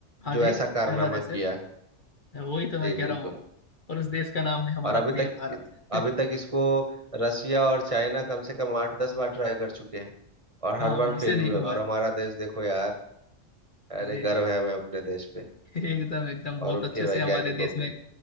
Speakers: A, on the left; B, on the right.
A: हाँ
B: जो
A: जी
B: ऐसा
A: पहला
B: कारनामा
A: देश
B: किया
A: है
B: है
A: वही तो मैं
B: जी
A: कह
B: बिल्कुल
A: रहा हूँ और उस देश का नाम है हमारा
B: और अभी
A: प्रिय
B: तक
A: भारत
B: अभी तक इसको रसिया और चाइना कम से कम आठ दस बार ट्राई कर चुके हैं और
A: हाँ
B: हर
A: उनसे
B: बार फेल
A: नहीं
B: हुए
A: हुआ
B: और
A: है
B: हमारा देश देखो यार अरे
A: अरे
B: गर्व है हमें अपने देश पे
A: एकदम एकदम बहुत
B: और उनके
A: अच्छे
B: वैज्ञानिकों
A: से हमारे देश में
B: पे